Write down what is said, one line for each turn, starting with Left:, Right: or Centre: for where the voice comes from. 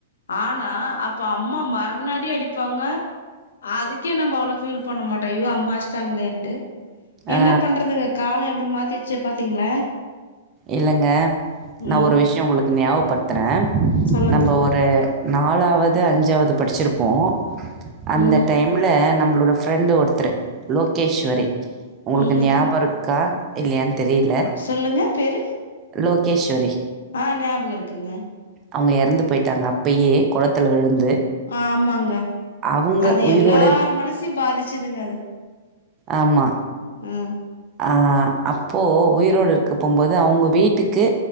Left: ஆனா அப்ப அம்மா மரண அடி அடிப்பாங்க அதுக்கே நம்ம அவ்வளோ ஃபீல் பண்ண மாட்டோ ஐயோ அம்மா அஷ்ட்டாங்களேன்டு என்ன
Right: ஆ
Left: பண்றதுங்க காலோ எப்டி மாத்திச்சி பாத்தீங்களா
Right: இல்லங்க நா
Left: ம்
Right: ஒரு விஷயோ உங்களுக்கு ஞாபப்படுத்துறே
Left: சொல்லுங்க
Right: நம்ப ஒரு நாலாவது அஞ்சாவது படிச்சிருப்போ அந்த
Left: ம்
Right: டைம்ல நம்ம நம்லோட ஃப்ரெண்ட் ஒருத்தரு லோகேஷ்வரி உங்களுக்கு
Left: ம்
Right: ஞாபோ இருக்கா இல்லைய தெரில
Left: சொல்லுங்க பேரு
Right: லோகேஷ்வரி
Left: ஆ ஞாபகோ இருக்குங்க
Right: அவுங்க எறந்து போயிட்டாங்க அப்பயே குளத்துல விழுந்து
Left: ஆமாங்க
Right: அவங்க
Left: அது
Right: உயிரோடு
Left: எல்லார் மனசுயு பாதிச்சிதுங்க அது
Right: ஆமா
Left: ம்
Right: ஆ அப்போ உயிரோடு இருக்கு போம்போது அவுங்க வீட்டுக்கு